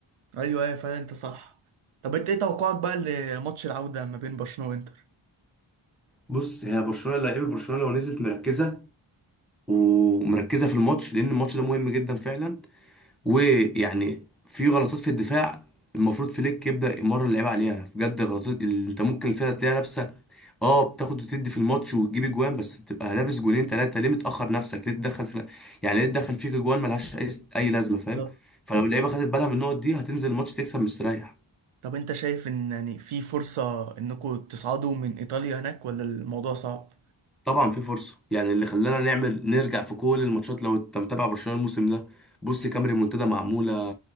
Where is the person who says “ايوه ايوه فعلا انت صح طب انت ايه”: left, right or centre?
Right